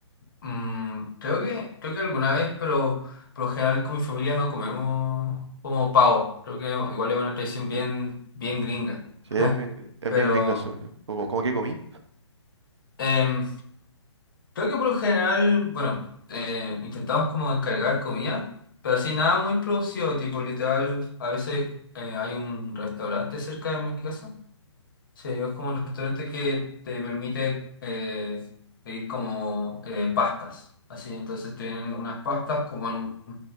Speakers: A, on the left; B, on the right.
A: mm, creo que, creo que alguna vez, pero por lo general con mi familia no comemos como pavo. Creo que igual es una tradición bien, bien gringa.
B: Sí,
A: <laughs>
B: es bien, es
A: Pero
B: bien gringa, según yo. ¿Cómo, cómo que comí?
A: em, creo que por lo general, bueno, eh, intentamos como encargar comida, pero así nada muy producido, tipo literal, a veces eh, hay un restaurante cerca de mi casa. Sí, es como un restaurante que te permite eh, pedir como eh, pastas. Así, entonces tienen unas pastas como en un